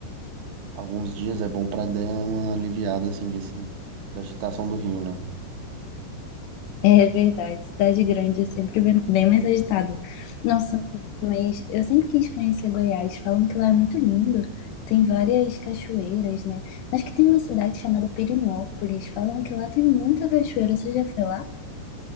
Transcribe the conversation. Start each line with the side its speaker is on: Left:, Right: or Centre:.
Right: alguns dias é bom pra dar uma aliviada assim desse da agitação do Rio, né?
Left: É verdade, cidade grande é sempre bem bem mais agitado. Nossa, mas eu sempre quis conhecer Goiás. Falam que lá é muito lindo. Tem várias cachoeiras, né? Acho que tem uma cidade chamada Perinópolis. Falam que lá tem muita cachoeira. Você já foi lá?